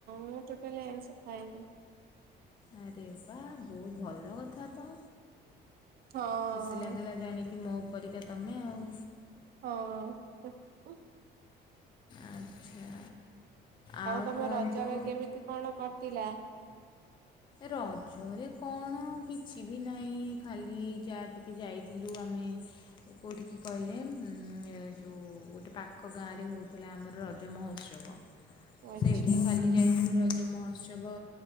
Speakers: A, on the right; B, on the left.
A: ମୁଁ ଟୋଟାଲି ଆଇଁଷ ଖାଏନି।
B: ଆରେ ବାଃ, ବହୁତ ଭଲ କଥା ତ।
A: ହଁ
B: ଖୁସି ଲାଗିଲା ଜାଣିକି ମୋ ପରିକା ତମେ ଆଉ।
A: ହଁ, ହୁଁ ହୁଁ।
B: ଆଛା, ଆଉ
A: ତମ
B: କୁଅନ୍ତୁ?
A: ରଜରେ କେମିତି କଣ କଟିଲା?
B: ରଜରେ କଣ କିଛି ବି ନାଇଁ, ଖାଲି ଯାଆ ଟିକେ ଯାଇଥିଲୁ ଆମେ କୋଉଠିକି କହିଲେ, ଉଁ, ଯୋଉ ଗୋଟେ ପାଖ ଗାଁରେ ହେଉଥିଲା ଆମର ରଜ ମହୋତ୍ସବ।
A: <inaudible> ଆଚ୍ଛା
B: ସେଠିକି ଖାଲି ଯାଇଥିଲି ରଜ ମହୋତ୍ସବ,